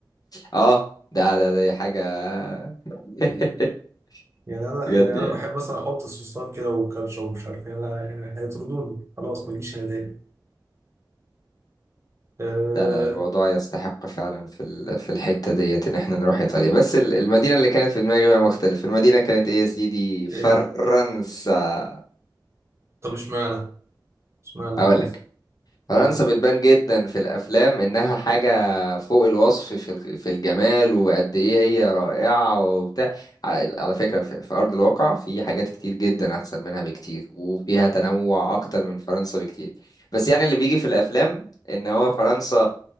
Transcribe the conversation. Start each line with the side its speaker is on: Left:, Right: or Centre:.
Left: اه ده ده دي حاجة <laughs>
Right: يعني انا
Left: بجد
Right: يعني انا
Left: يعني
Right: بحب مثلا احط الصوصات كده والكاتشب ومش عارف إيه. انا يعني هيطردوني خلاص ما اجيش انا تاني آه
Left: لا لا الموضوع يستحق فعلا في ال- في الحتة ديت ان احنا نروح ايطاليا بس ال- المدينة اللي كانت في دماغي بقى مختلف المدينة كانت ايه يا سيدي فرنسا
Right: إيه طب اشمعنى؟ اشمعنى
Left: اقول
Right: فرنسا؟
Left: لك فرنسا
Right: هو
Left: بتبان جدا في الافلام انها حاجه فوق الوصف في الخ- في الجمال وقد ايه هي رائعه وبتاع على على فكره في في ارض الواقع في حاجات كتير جدا احسن منها بكتير وفيها تنوع اكتر من فرنسا بكتير بس يعني اللي بيجي في الافلام ان هو فرنسا